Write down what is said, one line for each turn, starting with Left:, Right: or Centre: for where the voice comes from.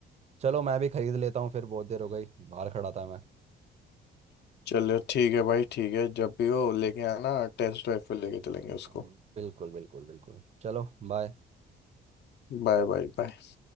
Right: चलो मैं भी खरीद लेता हूँ फिर बहुत देर हो गई बाहर खड़ा था मैं
Left: चलो ठीक है भाई ठीक है जब भी हो लेके आना टेस्ट ड्राइव पे लेके चलेंगे उसको
Right: हम्म, बिल्कुल बिल्कुल बिल्कुल चलो बाय
Left: Bye bye bye